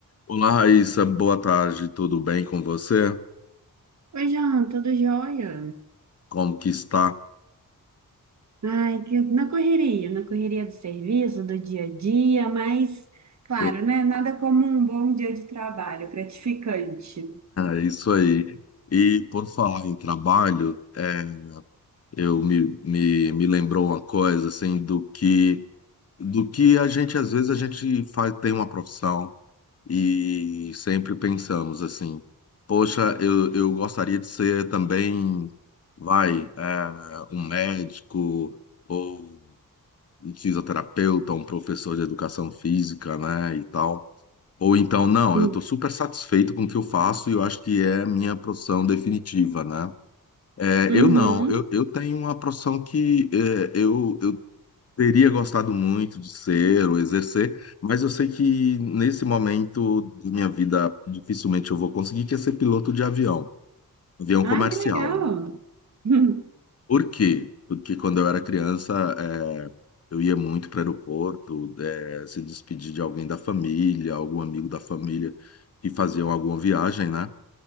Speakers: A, on the left; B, on the right.
A: Olá, Raíssa, boa tarde, tudo bem com você?
B: Oi, Jean, tudo jóia?
A: Como que está?
B: Ai, que na correria, na correria do serviço, do dia a dia, mas, claro,
A: <laughs>
B: né? Nada como um bom dia de trabalho, gratificante.
A: É isso aí. E por falar em trabalho, é, eu me, me, me lembrou uma coisa assim do que do que a gente às vezes a gente faz tem uma profissão e sempre pensamos assim, poxa, eu, eu gostaria de ser também, vai, é, um médico ou um fisioterapeuta, um professor de educação física, né, e tal. Ou então, não,
B: Hum.
A: eu estou super satisfeito com o que eu faço e eu acho que é a minha profissão definitiva, né? É,
B: Uhum.
A: eu não, eu, eu tenho uma profissão que é, eu, eu teria gostado muito de ser ou exercer, mas eu sei que nesse momento da minha vida dificilmente eu vou conseguir, que é ser piloto de avião, avião
B: Ai,
A: comercial.
B: que legal. <laughs> Hum.
A: Por quê? Porque quando eu era criança, é, eu ia muito para o aeroporto, é, se despedir de alguém da família, algum amigo da família que faziam alguma viagem, né?